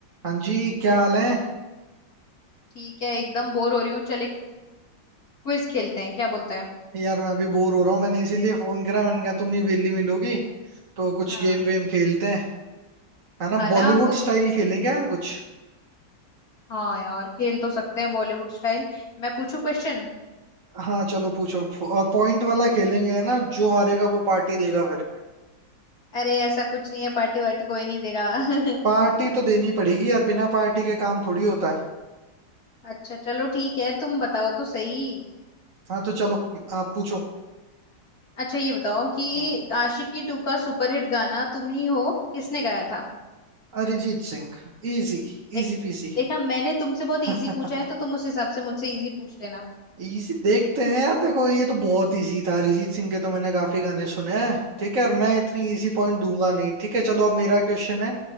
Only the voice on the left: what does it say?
ठीक है एकदम बोर हो रही हूँ चल एक क्विज खेलते हैं क्या बोलता है
हाँ
है ना
तुम
हाँ यार खेल तो सकते हैं बॉलीवुड स्टाइल मैं पूछू क्वेश्चन
अरे ऐसा कुछ नहीं है पार्टी वार्टी कोई नहीं देगा <laughs>
अच्छा चलो ठीक है तुम बताओ तो सही
अच्छा ये बताओ कि
आशिकी टू का सुपरहिट गाना तुम ही हो किसने गाया था
देख
देखा मैंने तुमसे बहुत इजी
पूछा है तो तुम उस हिसाब से मुझसे इजी पूछ लेना
हम्म